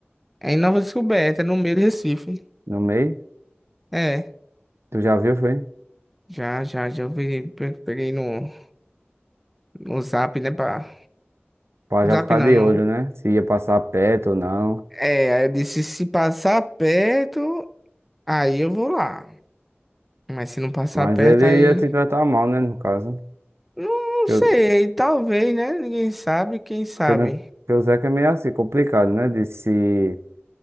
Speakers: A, in the centre; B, on the right.
A: é em Nova Descoberta, no meio de Recife.
B: no meio.
A: É,
B: Tu já viu, foi?
A: já, já, já eu peguei, pe- peguei no, no Zap, né, pra,
B: Pra
A: no
B: já
A: Zap
B: ficar
A: não,
B: de
A: no,
B: olho, né? Se ia passar perto ou não.
A: é, aí eu disse, se passar perto, aí eu vou lá. Mas se não passar
B: Mas
A: perto,
B: ele
A: aí,
B: ia te tratar mal, né? No caso.
A: não, não
B: Que
A: sei,
B: eu-
A: talvez, né, ninguém sabe, quem sabe.
B: Porque, no- porque o Zeca é meio assim, complicado, né? De se.